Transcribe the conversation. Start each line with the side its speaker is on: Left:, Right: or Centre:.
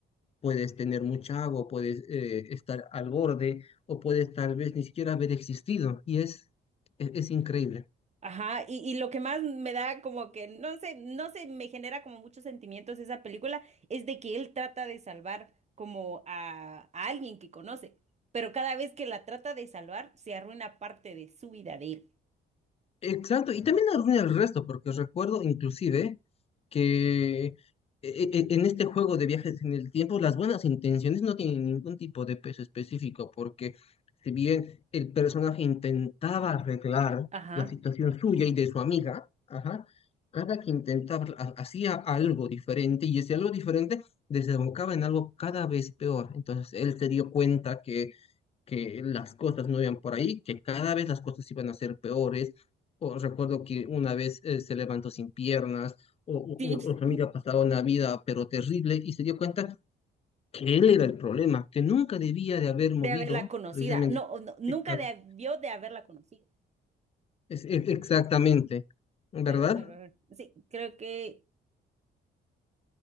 Left: Puedes tener mucha agua, puedes eh, estar al borde o puedes tal vez ni siquiera haber existido y es, es, es increíble.
Right: Ajá, y, y lo que más me da como que, no sé, no sé, me genera como muchos sentimientos esa película, es de que él trata de salvar como a, a alguien que conoce, pero cada vez que la trata de salvar, se arruina parte de su vida de él.
Left: Exacto, y también arruina el resto, porque os recuerdo inclusive que e- e- e, en este juego de viajes en el tiempo las buenas intenciones no tienen ningún tipo de peso específico, porque si bien el personaje intentaba arreglar
Right: Ajá,
Left: la situación suya y de su amiga, ajá, cada que intentaba ha- hacía algo diferente y ese algo diferente desembocaba en algo cada vez peor. Entonces él se dio cuenta que que las cosas no iban por ahí, que cada vez las cosas iban a ser peores. O recuerdo que una vez eh, se levantó sin piernas, o, o,
Right: sí,
Left: o su
Right: <laughs>
Left: amiga pasaba una vida pero terrible y se dio cuenta que él era el problema, que nunca debía de haber movido
Right: de haberla conocida.
Left: precisamente.
Right: No, o no, nunca
Left: Exact-
Right: debió de haberla conocido,
Left: es- es- exactamente, ¿verdad?
Right: pero de haber- sí, creo que,